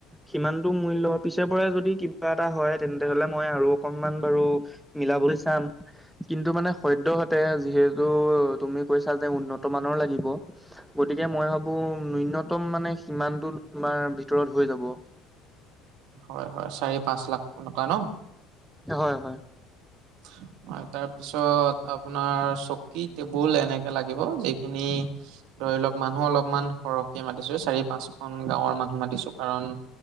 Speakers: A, in the centre; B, on the right (about 80°).
A: সিমানটো মূল্য পিছেৰ পৰাই যদি কিবা এটা হয় তেন্তে হ'লে মই আৰু অকণমান বাৰু মিলাবলৈ চাম। কিন্তু মানে সদ্যহতে যিহেতু তুমি কৈছা যে উন্নত মানৰ লাগিব। গতিকে মই ভাবো ন্যূনতম মানে সিমানটো তোমাৰ ভিতৰত হৈ যাব।
B: হয়, হয়, চাৰি পাঁচ লাখ টকা ন'।
A: হয়, হয়।
B: <inaudible> অ', তাৰপিছত আপোনাৰ চকী টেবুল এনেকে লাগিব যিখিনি ধৰি লওক মানুহ অলপমান সৰহকে মাতিছোঁ, এ, চাৰি, পাঁচখন গাঁৱৰ মানুহ মাতিছোঁ কাৰণ